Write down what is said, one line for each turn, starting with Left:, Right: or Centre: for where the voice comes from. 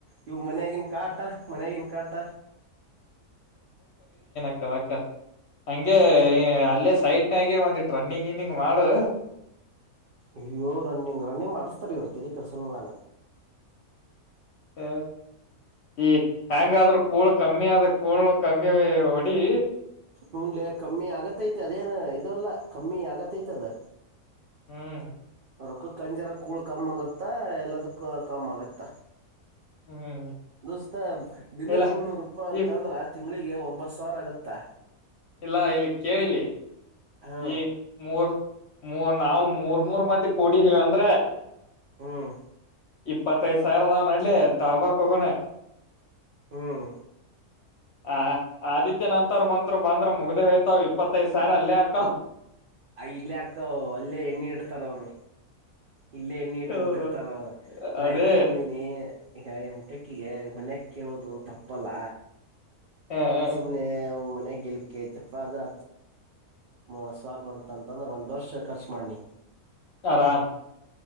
Right: ಇವು ಮನ್ಗನ್ ಕಾಟ ಮನಗನ್ ಕಾಟ
Left: ಅದಕ್ಕ ಹಗೆ ಅಲ್ಲೇ ಸೈಟ್ನಾಗ ಒಂದಿಟ್ಟ ರನ್ನಿಂಗ್ ಇನ್ನಿಂಗ್ ಮಾಡು
Right: ಅಯ್ಯೋ ರನ್ನಿಂಗ್ ರನ್ನಿಂಗ್ ಮಾಡ್ ತಲಿ ತಿರಿ ಕೃಷುಲ್ಲ
Left: ಹ ಈ ಹೆ್ಯಾಂಗಾದ್ರೂ ಕೂಳ ಕಮ್ಮಿ ಆದದ ಕೂಳ್ ಕಮ್ಮಿ ಹೊಡಿ
Right: ಹನ್ಲೆ ಕಮ್ಮಿ ಆಗತ್ತೈತೆ ಅದೇನ್ ಇ ಅಲ್ಲ ಕಮ್ಮಿ ಆಗತ್ತೈತೆ ಅದ
Left: ಹ್ಮ್
Right: ಅವ್ರೊಕ್ಕ ಕಂಜರ ಕಳ ಕಮ್ಮ ಆಗುತ್ತಾ ಎಲ್ಲದ ಕಮ್ಮ್ ಆಗತ್ತ
Left: ಹ್ಮ್
Right: ದೋಸ್ತ ದಿನಕ್
Left: ಇಲ್ಲ
Right: ಮುನ್ನೂರು ರೂಪಾಯ ಅಂತ
Left: ಈ
Right: ಅಂದ್ರೆ ಆ ಅಂಗ್ಗಳಿಗೆ ಒಂಬತ್ ಸಾವಿರ ಆಗುತ್ತಾ
Left: ಇಲ್ಲಾ ಇಲ್ಲಿ ಕೇಳಲಿ
Right: ಹಾ
Left: ಈ ಮೂರ್ ಮೂ ನಾವವು ಮೂರ್ ಮೂರ್ ಮಂದಿ ಕೊಡಿದೀವಿ ಅಂದ್ರೆ
Right: ಹ್ಮ್
Left: ಇಪ್ಪತ್ತೈ್ ಸಾವಿರದಾವನ ಅಡ್ಲಿ ದಾವಕ್ ಹೋಗೋಣ
Right: ಹ್ಮ್
Left: ಹ ಆದಿತ್ಯ ನಂತವ್ರು ಬಂತತ್ರು ಬಂದ್ರೆ ಮುಗ್ದ ಹೋಯ್ತಾವ್ ಇಪ್ಪತ್ತೈದ ಸಾವ ಅಲ್ಲೇ ಆಕ್
Right: ಇಲ್ಲ ಅಕ್ಕ ಅಲ್ಲೇ ಎಣ್ಣಿ ಇಡ್ತಾರ ಅವರು ಇಲ್ಲೇ ಎಣ್ಣಿ ಇಟ್ಟ
Left: ಹೌದು
Right: ಬಿಟಿರ್ತಾರ ನಾ
Left: ಅದೇ
Right: ಎದಕ್ ಬಂದೀಿನಿ ಈಗ ಎಮಟೆಕ್ಕಿಗೆ ಮನ್ಯ ಕೇಳೋದು ತಪ್ಪಲ್ಲ
Left: ಹ
Right: ಸುಮನೆ ಮನ ಕಳ್ಕಪ್ಪ ಅ ಅರ್ತ್ ಾರ್ ಬಂತ ಅಂತಂದ್ರೆ ಒಂದ್ ವರ್ಷ ಖರ್ಚು ಮಾಡನಿ
Left: ಆರಾಮ